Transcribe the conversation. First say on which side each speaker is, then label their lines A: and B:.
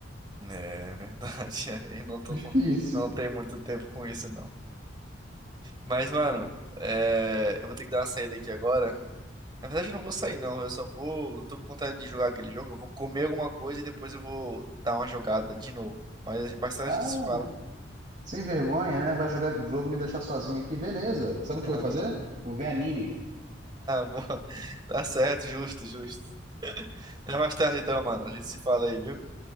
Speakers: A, on the right; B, on the right.
A: É verdade. <laughs> Aí não tô,
B: <laughs>
A: com-
B: Difícil.
A: não tenho muito tempo com isso, não. Mas, mano, é, eu vou ter que dar uma saída aqui agora. Na verdade, eu não vou sair, não. Eu só vou. Tô com vontade de jogar aquele jogo. Eu vou comer alguma coisa e depois eu vou dar uma jogada de novo. Mas mais tarde
B: Ah,
A: a gente se fala.
B: sem vergonha, né? Vai jogar jogo me deixar sozinho aqui. Beleza. Sabe
A: <laughs>
B: o que eu vou fazer? Vou ver anime.
A: Boa. Tá certo, justo, justo. Até mais tarde, então, mano. A gente se fala aí, viu?